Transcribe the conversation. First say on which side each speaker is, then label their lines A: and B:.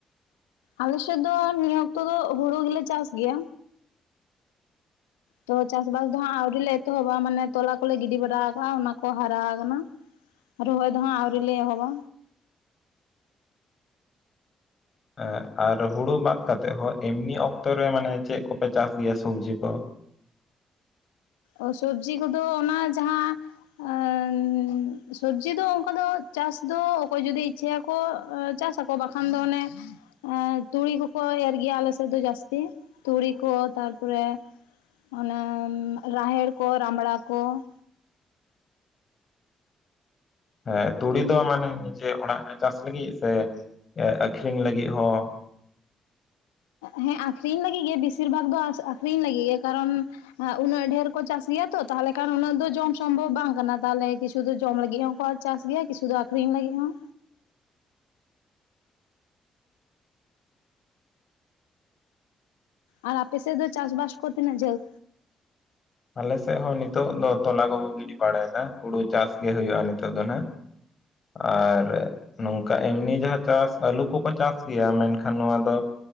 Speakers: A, on the left (about 85°); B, on the left (about 50°).
A: ᱟᱞᱮᱥᱮᱫ ᱫᱚ ᱱᱤᱭᱟᱹ ᱚᱠᱛᱚ ᱫᱚ ᱦᱩᱲᱩ ᱜᱮᱞᱮ ᱪᱟᱥ ᱜᱮᱭᱟ᱾ ᱛᱚ ᱪᱟᱥᱵᱟᱥ ᱫᱚ ᱦᱟᱸᱜ ᱟᱹᱣᱨᱤ ᱞᱮ ᱮᱛᱚᱦᱚᱵᱟ ᱢᱟᱱᱮ ᱛᱚᱞᱟ ᱠᱚᱞᱮ ᱜᱤᱰᱤ ᱵᱟᱲᱟ ᱟᱠᱟᱫᱟ ᱚᱱᱟ ᱠᱚ ᱦᱟᱨᱟ ᱟᱠᱟᱱᱟ᱾ ᱨᱚᱦᱚᱭ ᱫᱚ ᱦᱟᱸᱜ ᱟᱹᱣᱨᱤ ᱞᱮ ᱮᱦᱚᱵᱟ᱾
B: ᱦᱮᱸ, ᱟᱨ ᱦᱩᱲᱩ ᱵᱟᱫ ᱠᱟᱛᱮᱜ ᱦᱚᱸ ᱮᱢᱱᱤ ᱚᱠᱛᱚᱨᱮ ᱢᱟᱱᱮ ᱪᱮᱫ ᱠᱚᱯᱮ ᱪᱟᱥ ᱜᱮᱭᱟ ᱥᱚᱵᱡᱤ ᱠᱚ?
A: ᱚ ᱥᱚᱵᱡᱤ ᱠᱚᱫᱚ ᱚᱱᱟ ᱡᱟᱦᱟᱸ ᱮᱱᱻ ᱥᱚᱵᱡᱤ ᱫᱚ ᱚᱝᱠᱟ ᱫᱚ ᱪᱟᱥ ᱫᱚ ᱚᱠᱚᱭ ᱡᱩᱫᱤ ᱤᱪᱪᱷᱟᱹᱭᱟᱠᱚ ᱪᱟᱥᱟ ᱠᱚ᱾ ᱵᱟᱠᱷᱟᱱ ᱫᱚ ᱚᱱᱮ ᱛᱩᱲᱤ ᱠᱚᱠᱚ ᱮᱨ ᱜᱮᱭᱟ ᱟᱞᱮᱥᱮᱫ ᱫᱚ ᱡᱟᱹᱥᱛᱤ ᱛᱩᱲᱤ ᱠᱚ ᱛᱟᱨᱯᱚᱨᱮᱶ ᱚᱱᱟ ᱨᱟᱦᱮᱲ ᱠᱚ ᱨᱟᱢᱲᱟ ᱠᱚ ᱾
B: ᱦᱮᱸ ᱛᱩᱲᱤ ᱫᱚ ᱢᱟᱱᱮ ᱱᱤᱡᱮ ᱚᱲᱟᱜ ᱨᱮ ᱪᱟᱥ ᱞᱟᱹᱜᱤᱫ ᱥᱮ ᱟᱠᱷᱨᱤᱧ ᱞᱟᱹᱜᱤᱫ ᱦᱚᱸ?
A: ᱦᱮᱸ ᱟᱠᱷᱨᱤᱧ ᱞᱟᱹᱜᱤᱜ ᱜᱮ ᱵᱤᱥᱤᱨ ᱵᱷᱟᱜ ᱫᱚ ᱟᱠᱷᱨᱤᱧ ᱞᱟᱹᱜᱤᱜ ᱜᱮ ᱠᱟᱨᱚᱱ ᱩᱱᱟᱹᱜ ᱰᱷᱮᱨ ᱠᱚ ᱪᱟᱥ ᱜᱮᱭᱟ ᱛᱚ ᱛᱟᱦᱚᱞᱮ ᱠᱷᱟᱱ ᱩᱱᱟᱹᱜ ᱫᱚ ᱡᱚᱢ ᱥᱚᱢᱵᱷᱚᱵ ᱵᱟᱝ ᱠᱟᱱᱟ ᱛᱟᱦᱚᱞᱮ ᱠᱤᱪᱷᱩ ᱫᱚ ᱡᱚᱢ ᱞᱟᱹᱜᱤᱫ ᱦᱚᱸᱠᱚ ᱪᱟᱥ ᱜᱮᱭᱟ ᱠᱤᱪᱷᱩ ᱫᱚ ᱟᱠᱷᱨᱤᱧ ᱞᱟᱹᱜᱤᱫ ᱦᱚᱸ ᱟᱨ ᱟᱯᱮᱥᱮᱫ ᱫᱚ ᱪᱟᱥ ᱵᱟᱟᱥ ᱠᱚ ᱛᱤᱱᱟᱹᱜ ᱡᱷᱟᱹᱞ?
B: ᱟᱞᱮᱮᱥᱮᱫ ᱦᱚᱸ ᱱᱤᱛᱚᱜ ᱫᱚ ᱛᱚᱞᱟ ᱠᱚᱠᱚ ᱜᱤᱰᱤ ᱵᱟᱲᱟᱭᱮᱫᱟ ᱦᱩᱲᱩ ᱪᱟᱥ ᱜᱮ ᱦᱩᱭᱩᱜᱼᱟ ᱱᱤᱛᱚᱜ ᱫᱚ ᱱᱟᱦᱟᱜ ᱾ ᱟᱨ ᱱᱚᱝᱠᱟ ᱮᱢᱱᱤ ᱡᱟᱦᱟᱸ ᱪᱟᱥ ᱟᱹᱞᱩ ᱠᱚᱠᱚ ᱪᱟᱥ ᱜᱮᱭᱟ ᱢᱮᱱᱠᱷᱟᱱ ᱱᱚᱣᱟ ᱫᱚ